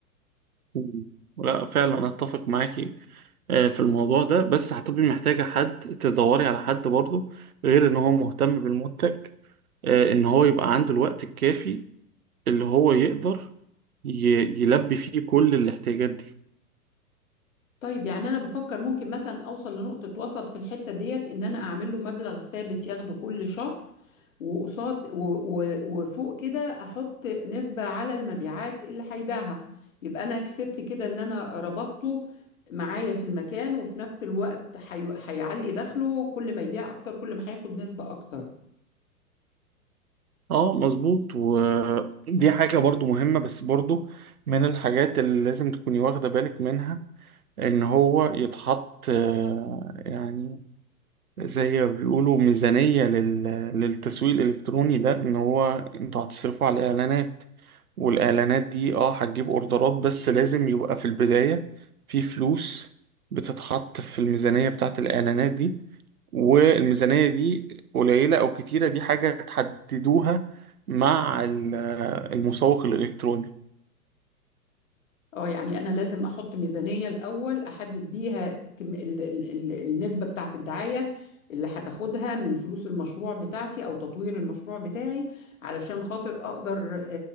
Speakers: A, on the right (about 70°); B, on the left (about 55°).
A: مم. لا فعلا أنا أتفق معاكي آه، في الموضوع ده بس هتبقي محتاجة حد تدوري على حد برضه غير إن هو مهتم بالمنتج آه، إن هو يبقى عنده الوقت الكافي اللي هو يقدر ي... يلبي فيه كل الاحتياجات دي
B: طيب يعني انا بفكر ممكن مثلا اوصل لنقطه وسط في الحته ديت ان انا اعمل له مبلغ ثابت ياخده كل شهر وقصاد و- و- وفوق كده احط نسبة على المبيعات اللي هيبيعها يبقى انا كسبت كده ان انا ربطته معايا في المكان وفي نفس الوقت هي- هيعلي دخله كل ما يبيع اكتر كل ما هياخد نسبة اكتر
A: اه مظبوط ودي حاجة برضو مهمة بس برضو من الحاجات اللي لازم تكوني واخدة بالك منها ان هو يتحط آه، يعني زي ما بيقولوا ميزانية لل... للتسويق الإلكتروني ده إن هو أنتوا هتصرفوا على الإعلانات والإعلانات دي أه هتجيب أوردرات بس لازم يبقى في البداية في فلوس بتتحط في الميزانية بتاعة الإعلانات دي والميزانية دي قليلة أو كتيرة دي حاجة تحددوها مع ال- المسوق الإلكتروني
B: اه يعني انا لازم احط ميزانية الاول احدد بيها كم ال ال ال النسبة بتاعت الدعاية اللي هتاخدها من فلوس المشروع بتاعتي او تطوير المشروع بتاعي علشان خاطر اقدر آه،